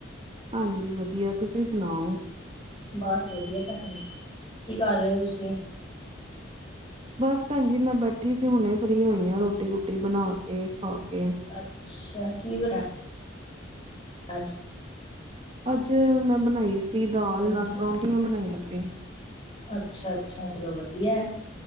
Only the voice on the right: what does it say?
ਹਾਂਜੀ ਵਧੀਆ ਤੁਸੀਂ ਸੁਣਾਓ
ਬਸ ਭੈਣ ਜੀ ਮੈਂ ਬੈਠੀ ਸੀ, ਹੁਣੇ ਫ੍ਰਰੀ ਹੋਈ ਆ, ਰੋਟੀ -ਰੂਟੀ ਬਣਾ ਕੇ, ਖਾ ਕੇ
ਅੱਜ ਮੈਂ ਬਣਾਈ ਸੀ ਦਾਲ,
ਨਾਲ
ਪਰੋਂਂਠੀਆਂ ਬਣਾਈਆਂ ਸੀ